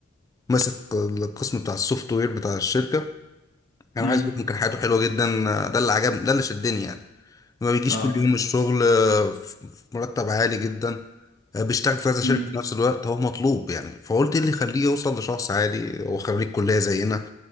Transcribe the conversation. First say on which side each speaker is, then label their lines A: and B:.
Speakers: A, on the left; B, on the left.
A: ماسك القسم بتاع السوفت وير بتاع الشركة أنا
B: امم
A: عايز أقول لك كان حياته حلوة جدا ده اللي عجبني ده اللي شدني يعني ما بيجيش
B: اه
A: كل يوم الشغل آه، في في مرتب عالي جدا آه، بيشتغل في كذا شركة
B: امم
A: في نفس الوقت هو مطلوب يعني فقلت إيه اللي يخليه يوصل لشخص عادي هو خريج كلية زينا